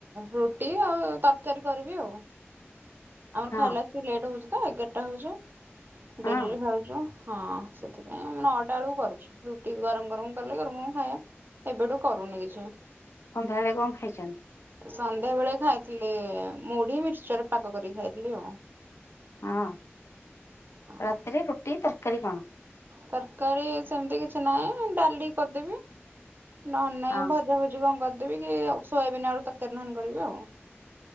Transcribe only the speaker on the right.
ରୁଟି ଆଉ ତରକାରୀ କରିବି ଆଉ ଆମର
ଖାଇଲା ଆସି ଲେଟ୍ ହୋଉଚି ତ ଏଗାରଟା ହଉଚୁ
ଡେରିରେ ଖାଉଚୁ। ହଁ ସେଥିପାଇଁ ଆମେ ନ ଅଟା ବେଳକୁ କରୁଛୁ ରୁଟି ଗରମ୍ ଗରମ୍ କଲେ ଗରମ ଗରମ ଖାଇବା। ଏବେଠୁ କରୁନି କିଛି।
ସନ୍ଧ୍ୟା ବେଳେ ଖାଇଥିଲି ମୁଢି ମିର୍ଚର ପଗ କରିକି ଖାଇଥିଲି ଆଉ।
ହଁ
ତରକାରୀ ସେମିତି କିଛି ନାହିଁ ଡାଲି କରିଦେବି ନହନେ ନାଇଁ
ଭ ଭଜା ଭୁଜି କଣ କରିଦେବି କି ଆଉ ସୋୟବିନ୍ ଆଳୁ ତର୍କାରୀ ନହନେ କରିବି ଆଉ।